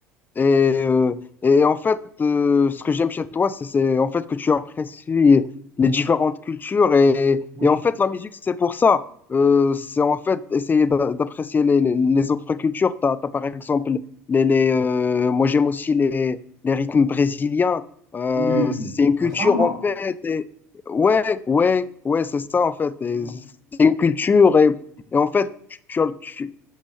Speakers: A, on the left; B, on the right.
A: Et, euh, et en fait, euh, ce que j'aime chez toi, c'est c'est en fait que tu apprécies les différentes cultures. Et,
B: oui.
A: et en fait, la musique, c'est pour ça. Euh, c'est en fait essayer d'a- d'apprécier les, les, les autres cultures. T'as, t'as par exemple, les, les, euh, moi j'aime aussi les, les rythmes brésiliens. Euh,
B: Oui,
A: c'est c'est une culture
B: la samba.
A: en fait. Et, ouais, ouais, ouais, c'est ça en fait. Et
B: Mm.
A: C'est une culture. Et, et en fait, tu, tu, as- tu-